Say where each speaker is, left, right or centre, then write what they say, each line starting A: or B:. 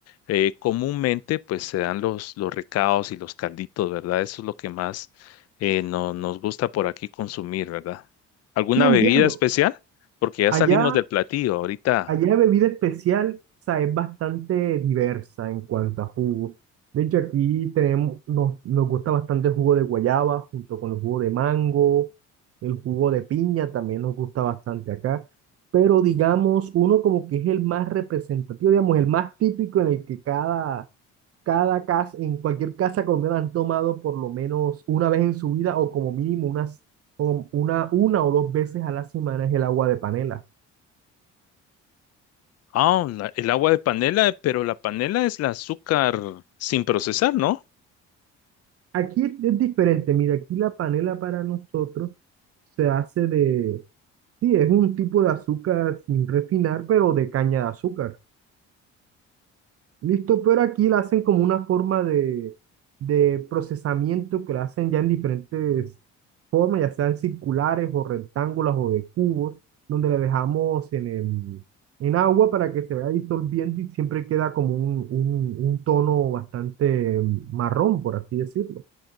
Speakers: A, on the left; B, on the right.
A: eh, comúnmente pues se dan los, los recados y los calditos, ¿verdad? Eso es lo que más eh, no- nos gusta por aquí consumir, ¿verdad? ¿Alguna
B: sí entiendo.
A: bebida especial? Porque ya
B: Allá,
A: salimos del platillo ahorita.
B: allá de bebida especial, o sea, es bastante diversa en cuanto a jugo. De hecho, aquí tenemos, nos, nos gusta bastante el jugo de guayaba junto con el jugo de mango, el jugo de piña también nos gusta bastante acá. Pero digamos, uno como que es el más representativo, digamos, el más típico en el que cada cada casa, en cualquier casa colombiana han tomado por lo menos una vez en su vida o como mínimo unas, o una, una o dos veces a la semana es el agua de panela.
A: Ah, la- el agua de panela, pero la panela es el azúcar sin procesar, ¿no?
B: Aquí es, es diferente, mira, aquí la panela para nosotros se hace de, sí, es un tipo de azúcar sin refinar, pero de caña de azúcar. Listo, pero aquí la hacen como una forma de, de procesamiento que la hacen ya en diferentes formas, ya sean circulares o rectángulos o de cubos, donde le dejamos en el, en agua para que se vaya disolviendo y siempre queda como un, un, un tono bastante marrón, por así decirlo.